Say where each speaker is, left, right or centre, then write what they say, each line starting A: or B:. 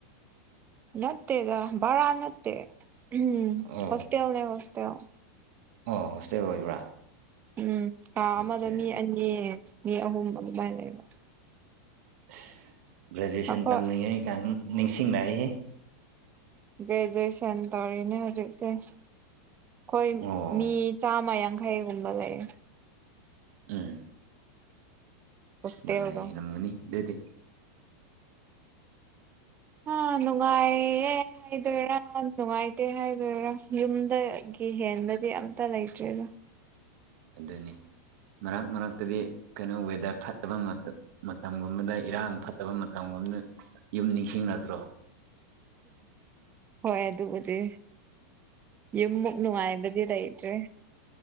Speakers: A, on the right; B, on the right.
A: ꯅꯠꯇꯦꯗ ꯕꯔ ꯅꯠꯇꯦ ꯎꯝ
B: ꯑꯣ
A: ꯍꯣꯁꯇꯦꯜꯅꯦ ꯍꯣꯁꯇꯦꯜ
B: ꯑꯣ ꯍꯣꯁꯇꯦꯜ ꯑꯣꯏꯕ꯭ꯔꯥ
A: ꯎꯝ ꯀꯥ
B: ꯑꯠꯆꯥ
A: ꯑꯃꯗ ꯃꯤ ꯑꯅꯤ ꯃꯤ ꯑꯍꯨꯝ ꯑꯗꯨꯃꯥꯏꯅ ꯂꯩꯕ
B: ꯑꯁ ꯒ꯭ꯔꯦꯖꯨꯑꯦꯁꯟ
A: ꯑꯩꯈꯣꯏ
B: ꯇꯝꯂꯤꯉꯩ ꯀ ꯅꯤꯡꯁꯤꯡꯅꯛꯏ
A: ꯒ꯭ꯔꯦꯖꯨꯑꯦꯁꯟ ꯇꯧꯔꯤꯅꯦ ꯍꯧꯖꯤꯛꯁꯦ ꯑꯩꯈꯣꯏ
B: ꯑꯣ
A: ꯃꯤ ꯆꯥꯝꯃ ꯌꯥꯡꯈꯩꯒꯨꯝꯕ ꯂꯩꯌꯦꯦ
B: ꯎꯝ
A: ꯍꯣꯁꯇꯦꯜꯗꯣ
B: ꯁꯥꯏ ꯅꯝꯒꯅꯤ ꯑꯗꯨꯗꯤ
A: ꯑ ꯂꯅꯨꯡꯉꯥꯏꯌꯦꯦ ꯍꯥꯏꯗꯣꯏꯔꯥ ꯅꯨꯡꯉꯥꯏꯇꯦ ꯍꯥꯏꯗꯣꯏꯔꯥ ꯌꯨꯝꯗꯒꯤ ꯍꯦꯟꯗꯗꯤ ꯑꯝꯇ ꯂꯩꯇ꯭ꯔꯦꯗ
B: ꯑꯗꯨꯅꯤ ꯃꯔꯛ ꯃꯔꯛꯇꯨꯗꯤ ꯀꯩꯅꯣ ꯋꯦꯗꯔ ꯐꯠꯇꯕ ꯃꯇꯝꯒꯨꯝꯕꯗ ꯏꯔꯥꯡ ꯐꯠꯇꯕ ꯃꯇꯝꯒꯨꯝꯕꯅ ꯌꯨꯝ ꯅꯤꯡꯁꯤꯡꯂꯛꯇ꯭ꯔꯣ
A: ꯍꯣꯏ ꯑꯗꯨꯕꯨꯗꯤ ꯌꯃꯛ ꯅꯅꯨꯡꯥꯏꯕꯗꯤꯔ ꯑꯩꯇ꯭ꯔꯤ